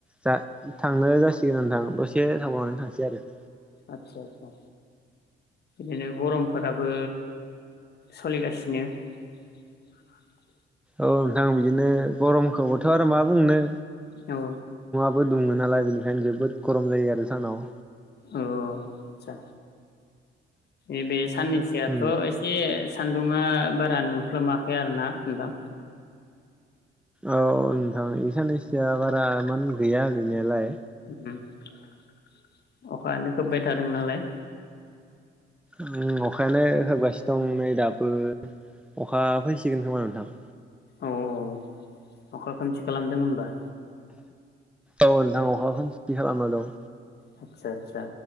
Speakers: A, in the centre; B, on the left.
A: दा थांनो जासि सिगां थाङो दसे थाबावनानै थांसै आरो
B: आतसा आसा। बिनो गरमफोराबो सोलिगासिनो ।।
A: औ नोंथां बिदिनो गरमखौबोथ' आरो मा बुंनो
B: औ
A: बो दङ नालाय बेनिखायनो जोबोद । गरम जायो आरो सानाव।
B: अ आटसा एबे साननैसोआथ'
A: औ
B: एसे सान्दुंङा बारा नुफ्लोमाखै आरो ना नोंथां
A: औ नोंथां ए साननैसोआ बारा एमान गैया गैनायालाय
B: उम अखानो खोबेद थादों नालाय
A: ओम अखायानो होबगासिनो दं नै दाबो अखा फैसिगोन खोमा नोंथां
B: औ औ अखा खोमसि खालामदों होनबा
A: औ नोंथां अखा ससथि खालामना दं
B: हादसा आदसा